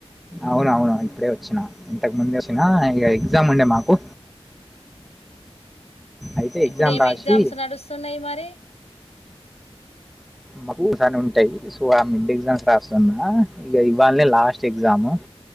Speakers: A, in the centre; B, on the left.
A: అవునవును ఇప్పుడే ఓచ్చినా ఇంతకు ముందు వచ్చినా ఇగ ఎగ్జామ్ ఉండే మాకు అయితే ఎగ్జామ్
B: ఇప్పుడు ఏమి
A: రాసి
B: ఎగ్జామ్స్ నడుస్తున్నయి మరీ
A: మాకు సని ఉంటయి సో ఆ మిడ్ ఎగ్జామ్స్ రాస్తున్నా ఇగ ఇవ్వాలనే లాస్ట్ ఎగ్జామ్